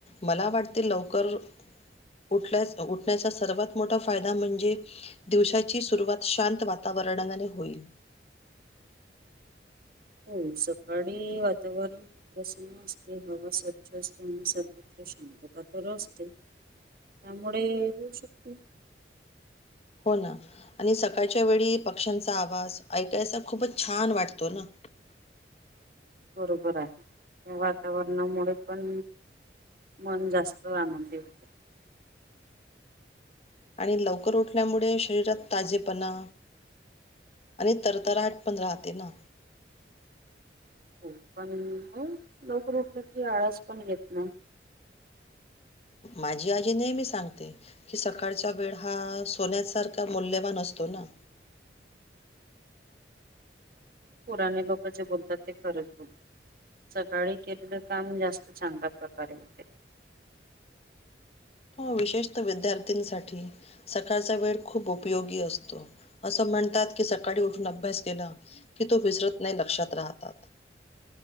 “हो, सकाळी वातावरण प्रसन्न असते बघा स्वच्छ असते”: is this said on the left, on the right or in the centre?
Right